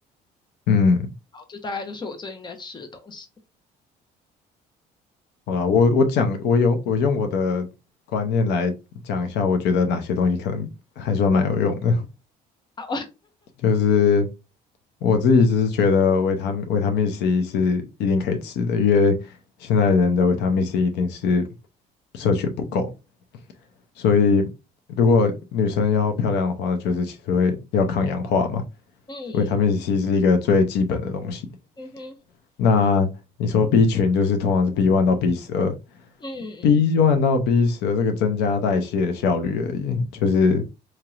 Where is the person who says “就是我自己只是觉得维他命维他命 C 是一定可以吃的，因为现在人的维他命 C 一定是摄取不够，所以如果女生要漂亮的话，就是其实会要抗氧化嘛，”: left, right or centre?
Left